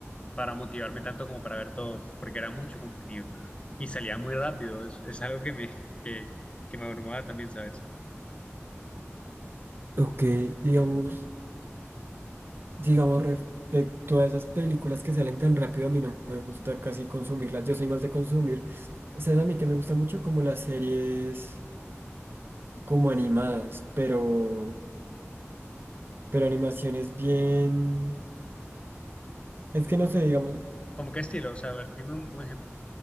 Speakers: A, on the left; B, on the right.
A: para motivarme tanto como para ver todo, porque era mucho contenido y salía muy rápido. Es, es algo que me, que, que me abrumaba también, ¿sabes?
B: Ok, digamos, digamos respecto a esas películas que salen tan rápido, a mí no me gusta casi consumirlas. Yo soy más de consumir. ¿Sabes a mí que me gusta mucho? Como las series. como animadas, pero, pero animaciones bien... Es que no
A: ¿Cómo,
B: sé, digamos,
A: cómo qué estilo? O sea, a ver, dime un, un ejemplo.